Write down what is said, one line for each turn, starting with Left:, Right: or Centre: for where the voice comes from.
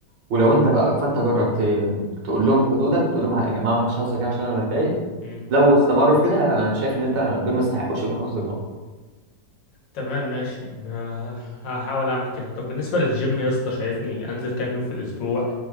Right: ولو انت بقى فانت جربت تقول لهم حدودك وتقول لهم يا جماعه ما حدش هزر كده عشان انا بتضايق
Left: مم.
Right: لو استمروا في كده انا شايف ان انت دول ما يستحقوش يكونوا اصدقاء
Left: تمام ماشي ما- هحاول اعمل كده طب بالنسبه للجيم يا اسطى شايفني انزل كام يوم في الاسبوع